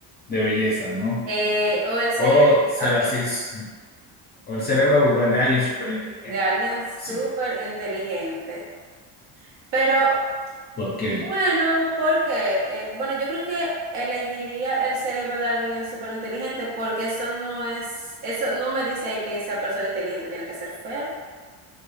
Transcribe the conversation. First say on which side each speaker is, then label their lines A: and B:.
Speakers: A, on the left (about 20°); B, on the right (about 60°).
A: de belleza, ¿no?
B: Eh, o el cerebro,
A: O ser
B: ok,
A: así, s- o el cerebro bueno, de alguien súper inteligente,
B: de alguien
A: digamos
B: súper
A: así.
B: inteligente. Pero
A: ¿Por qué?
B: Bueno, porque, eh, bueno, yo creo que elegiría el cerebro de alguien súper inteligente porque eso no es, eso no me dice que esa persona inteligente tiene que ser fea.